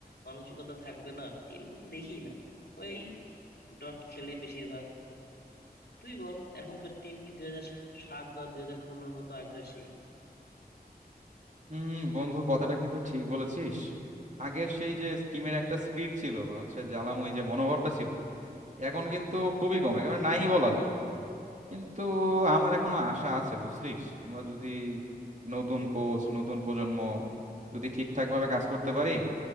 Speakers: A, on the left; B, on the right.
A: মানসিকতা থাকবে না এরকম দেখি না ওই ডট খেলে বেশিরভাগ তুই বল এখনকার টিম কি দুই হাজার সাত বা দুই হাজার পনেরোর মতো আগ্রাসী
B: হুম বন্ধু কথাটা কিন্তু ঠিক বলেছিস আগের সেই যে টিমের একটা স্পিরিট ছিল বা হচ্ছে জ্বালাময় যে মনোভাবটা ছিল এখন কিন্তু খুবই কম একেবারে নাই বলা যায় কিন্তু আমার এখনো আশা আছে বুঝলিস আমরা যদি নতুন কোচ নতুন প্রজন্ম যদি ঠিকঠাক ভাবে কাজ করতে পারি